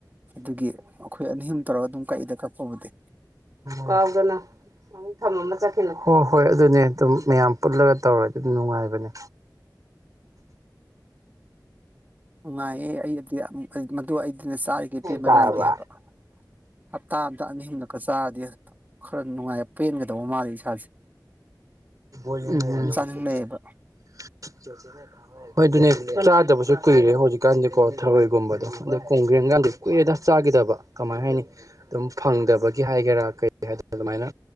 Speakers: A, on the right; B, on the right.
A: ꯑꯗꯨꯒꯤ ꯑꯩꯈꯣꯏ ꯑꯅꯤ ꯑꯍꯨꯝ ꯇꯧꯔꯒ ꯑꯗꯨꯝ ꯀꯛꯏꯗ ꯀꯛꯄꯕꯨꯗꯤ
B: ꯀꯥꯎꯗꯅ ꯑꯃꯨꯛ ꯊꯝꯃꯝꯃ ꯆꯠꯈꯤꯅꯨꯀꯣ ꯍꯣꯏ ꯑꯗꯨꯅꯦ ꯑꯗꯨꯝ ꯃꯌꯥꯝ ꯄꯨꯜꯂꯒ ꯇꯧꯔꯗꯤ ꯑꯗꯨꯝ ꯅꯨꯡꯉꯥꯏꯕꯅꯦ
A: ꯅꯨꯡꯉꯥꯏꯌꯦ ꯑꯩꯗꯤ ꯃꯗꯣ ꯑꯩꯗꯤꯅꯦ ꯆꯥꯔꯤꯈꯩ ꯄꯦꯟꯕ
B: ꯇꯥꯔꯕ
A: ꯅꯥꯏꯗꯦ ꯍꯥꯏꯕ ꯍꯞꯇꯥ ꯑꯝꯗ ꯑꯅꯤ ꯍꯨꯝꯂꯛꯀ ꯆꯥꯔꯗꯤ ꯈꯔ ꯅꯨꯡꯉꯥꯏ ꯄꯦꯟꯒꯗꯧꯕ ꯃꯥꯜꯂꯤ ꯏꯁꯥꯁꯦ
B: ꯎꯝ
A: ꯗꯨꯝ ꯆꯥꯅꯤꯡ ꯂꯩꯩꯌꯦꯕ
B: <unintelligible> ꯍꯣꯏ ꯑꯗꯨꯅꯦ ꯆꯥꯗꯕꯁꯨ ꯀꯨꯏꯔꯦ ꯍꯧꯖꯤꯛꯀꯥꯟꯗꯤꯀꯣ ꯊꯔꯣꯏꯒꯨꯝꯕꯗꯣ ꯑꯗ ꯀꯣꯡꯒ꯭ꯔꯦꯟ ꯒꯥꯟꯗꯤ ꯀꯨꯏꯔꯦꯗ ꯆꯥꯒꯤꯗꯕ ꯀꯃꯥꯏꯅ ꯍꯥꯏꯅꯤ ꯑꯗꯨꯝ ꯐꯪꯗꯕꯒꯤ ꯍꯥꯏꯒꯦꯔꯥ ꯀꯩ ꯍꯥꯏꯗꯣ ꯑꯗꯨꯃꯥꯏꯅ